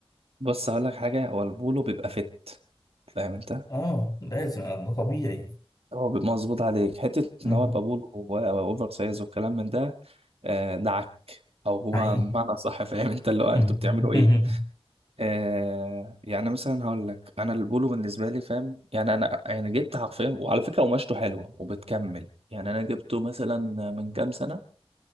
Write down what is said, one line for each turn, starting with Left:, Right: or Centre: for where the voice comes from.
Right: بص هقول لك حاجة هو البولو بيبقى فت فاهم أنت
Left: آه لازم ده طبيعي
Right: هو بيبقى مظبوط عليك حتة
Left: مم.
Right: إن هو يبقى بولو و- وأوفر سايز والكلام من ده آه، دعك أو هو
Left: حقيقي
Right: بمعنى صح فاهم أنت اللي هو أنتوا
Left: <laughs>
Right: بتعملوا إيه آه يعني مثلا هقول لك انا البولو بالنسبه لي فاهم يعني انا يعني جبت حرفيا وعلى فكره قماشته حلوه وبتكمل يعني انا جبته مثلا من كام سنه